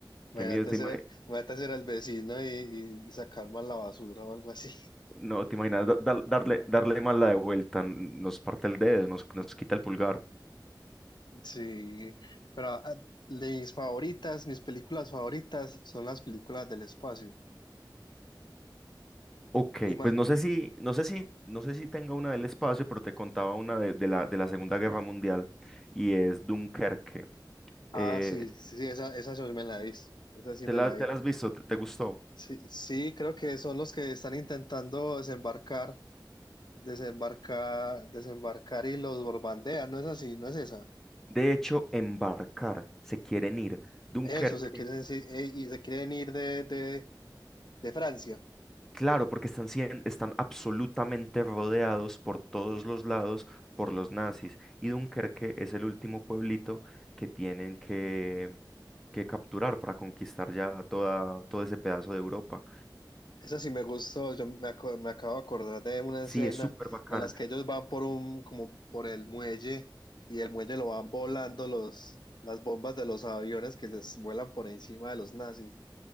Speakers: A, on the left (about 65°); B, in the centre.
A: Imagínate
B: Qué miedo, te
A: ser,
B: imagi-
A: imagínate ser el vecino y, y, y sacar mal la basura o algo así.
B: no te imaginas da- dar- darle, darle más la de vuelta, nos parte el dedo, nos, nos quita el pulgar.
A: Sí, pero ah, de mis favoritas, mis películas favoritas son las películas del espacio.
B: Ok,
A: Y ma-
B: pues no sé si, no sé si, no sé si tenga una del espacio, pero te contaba una de, de la, de la Segunda Guerra Mundial y es Dunkerque.
A: ah,
B: Eh,
A: sí, sí, esa, esa sí me la hice. Esa sí
B: ¿te
A: me
B: la,
A: la
B: te
A: hice.
B: la has visto? ¿Te, te gustó?
A: Sí, sí, creo que son los que están intentando desembarcar, desembarcar, desembarcar y los borbandean, no es así, no es esa.
B: De hecho, embarcar, se quieren ir. Dunkerque,
A: Eso, se quieren decir, eh, y se quieren ir de, de, de Francia.
B: claro, porque están, sien- están absolutamente rodeados por todos los lados por los nazis y Dunkerque es el último pueblito que tienen que, que capturar para conquistar ya toda, todo ese pedazo de Europa.
A: Eso sí me gustó, yo me, aco- me acabo de acordar de una
B: Sí,
A: escena
B: es súper bacana.
A: en las que ellos van por un, como por el muelle y el muelle lo van volando los, las bombas de los aviones que les vuelan por encima de los nazis.